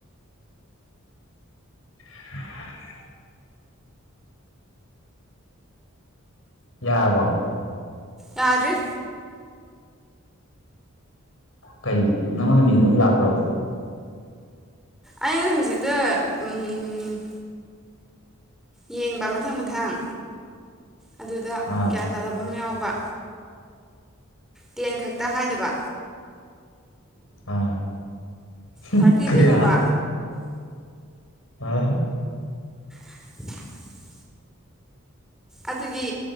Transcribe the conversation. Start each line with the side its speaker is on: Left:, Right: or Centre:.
Left: <unintelligible> ꯌꯥꯔꯕꯣ
Centre: ꯌꯥꯗ꯭ꯔꯤ
Left: ꯀꯩꯒꯤ ꯅꯪꯉꯣꯟꯗ ꯃꯤꯡ ꯑꯝ ꯂꯥꯛꯄ꯭ꯔꯕ
Centre: ꯑꯩꯅ ꯍꯧꯖꯤꯛꯇ ꯎꯝ ꯌꯦꯡꯕ ꯃꯊꯪ ꯃꯊꯪ ꯑꯗꯨꯗ
Left: ꯑꯥ
Centre: ꯒ꯭ꯌꯥꯟ ꯇꯥꯗꯕ ꯑꯃ ꯌꯥꯎꯕ ꯇꯦꯟ ꯈꯛꯇ ꯍꯥꯏꯗꯕ
Left: ꯑꯥ ꯍꯝ
Centre: ꯊꯥꯔꯇꯤꯗꯩ
Left: ꯀꯌꯥ
Centre: ꯍꯧꯕ
Left: ꯑ
Centre: <unintelligible> ꯑꯗꯨꯒꯤ